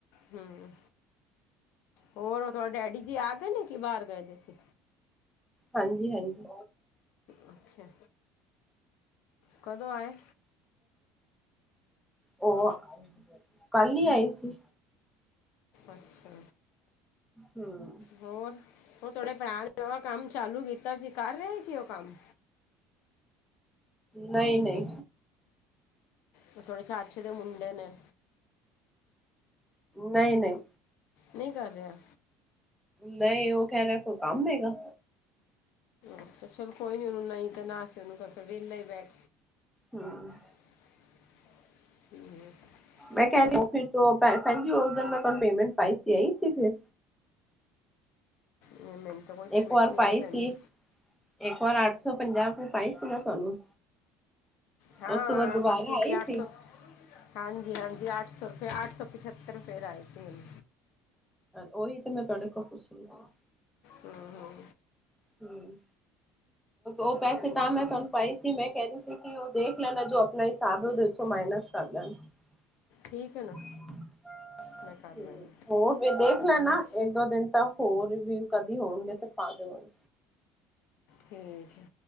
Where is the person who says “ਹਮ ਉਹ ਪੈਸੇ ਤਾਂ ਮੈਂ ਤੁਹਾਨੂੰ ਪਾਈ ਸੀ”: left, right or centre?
Centre